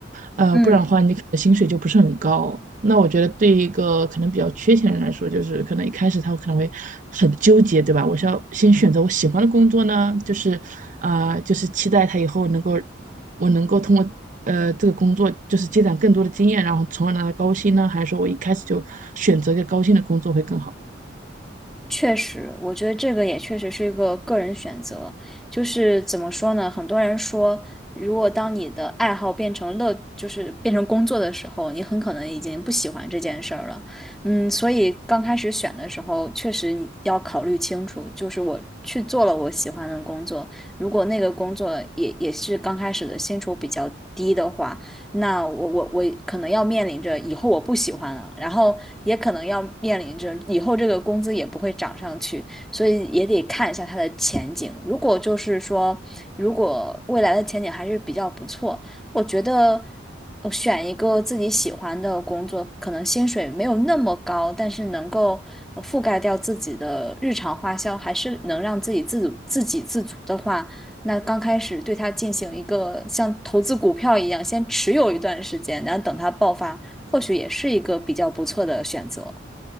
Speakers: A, on the right (about 45°); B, in the centre.
A: 呃，
B: 嗯。
A: 不然的话你可能薪水就不是很高。那我觉得对于一个可能比较缺钱的人来说，就是可能一开始他可能会很纠结，对吧？我是要先选择我喜欢的工作呢，就是啊、就是期待他以后能够我能够通过呃这个工作就是积攒更多的经验，然后从而拿到高薪呢，还是说我一开始就选择一个高薪的工作会更好？
B: 确实，我觉得这个也确实是一个个人选择。就是怎么说呢？很多人说，如果当你的爱好变成乐，就是变成工作的时候，你很可能已经不喜欢这件事儿了。嗯，所以刚开始选的时候，确实你要考虑清楚，就是我去做了我喜欢的工作，如果那个工作也也是刚开始的薪酬比较低的话。那我我我可能要面临着以后我不喜欢了，然后也可能要面临着以后这个工资也不会涨上去，所以也得看一下它的前景。如果就是说，如果未来的前景还是比较不错，我觉得我选一个自己喜欢的工作，可能薪水没有那么高，但是能够呃覆盖掉自己的日常花销，还是能让自己自主、自给自足的话。那刚开始对它进行一个像投资股票一样，先持有一段时间，然后等它爆发，或许也是一个比较不错的选择。